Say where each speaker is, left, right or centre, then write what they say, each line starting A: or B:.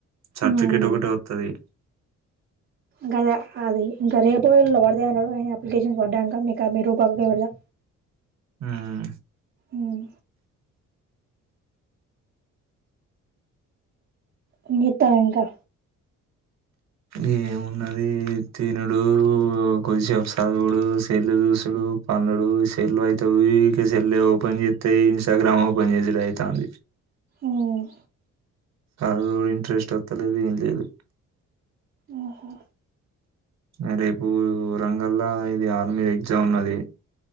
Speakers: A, on the right; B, on the right.
A: సర్టిఫికెట్
B: మ్మ్
A: ఒకటవతది.
B: గధ అది ఇంకా రేపో ఎల్లుండో పడతాయి అన్నా ఆయన అప్లికేషన్స్ పడ్డాక మీక మీ రూ బాగా పెడదా
A: ఉమ్
B: ఉమ్ ఏం చేత్తావ్ ఇంకా
A: ఏమున్నది తినుడు కొద్దిసేపు చదువుడు సెల్లు చూసుడు పండుడు సెల్లు అవుతే వీలైతే సెల్ ఓపెన్ చెత్తే ఇంస్టాగ్రామ్ ఓపెన్ చేసి ఇదిఐతాంది.
B: ఊమ్
A: రో ఇంట్రెస్ట్ వస్తలేదు ఏం లేదు.
B: ఆహా
A: నా రేపు రంగల్లా ఇది ఆర్మీ ఎగ్జామ్ ఉన్నది.